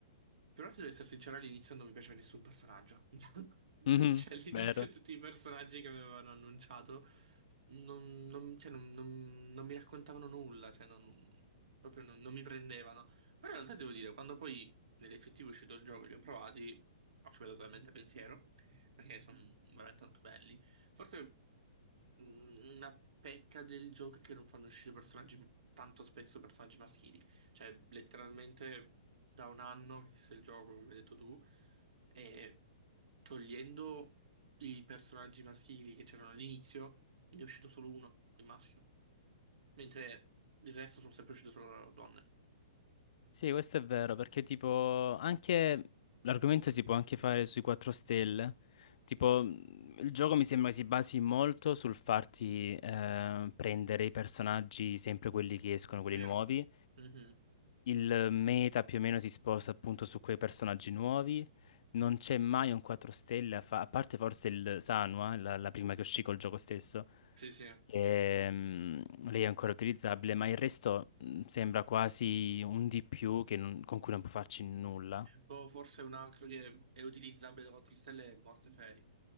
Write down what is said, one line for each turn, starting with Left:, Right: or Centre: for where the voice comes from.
Right: Però, se devo essere sincero, all'inizio non mi piaceva nessun personaggio. <laughs>
Left: Mhm,
Right: Cioè, all'inizio
Left: Vero?
Right: tutti i personaggi che avevano annunciato non, non- cioè, non- non- non mi raccontavano nulla, cioè, non- proprio non non mi prendevano. Però in realtà devo dire, quando poi nell'effettivo è uscito il gioco e li ho provati, ho cambiato totalmente pensiero perché sono veramente tanto belli. Forse mm, una pecca del gioco è che non fanno uscire personaggi tanto spesso personaggi maschili. Cioè, letteralmente da un anno che se il gioco, come hai detto tu, e togliendo i personaggi maschili che c'erano all'inizio, ne è uscito solo uno, il maschio. Mentre il resto sono sempre uscite solo donne.
Left: Sì, questo è vero, perché tipo anche l'argomento si può anche fare sui 4 stelle. Tipo, mh, il gioco mi sembra si basi molto sul farti eh, prendere i personaggi, sempre quelli che escono, quelli
Right: Vero?
Left: nuovi.
Right: Mhm.
Left: Il meta più o meno si sposta appunto su quei personaggi nuovi. Non c'è mai un 4 stelle, a, fa- a parte forse il Sanwa, la, la prima che uscì col gioco stesso.
Right: Sì, sì.
Left: Ehm, lei è ancora utilizzabile, ma il resto mh, sembra quasi un di più che non- con cui non può farci nulla.
Right: Boh, forse un altro che è utilizzabile da 4 stelle è Mortefei.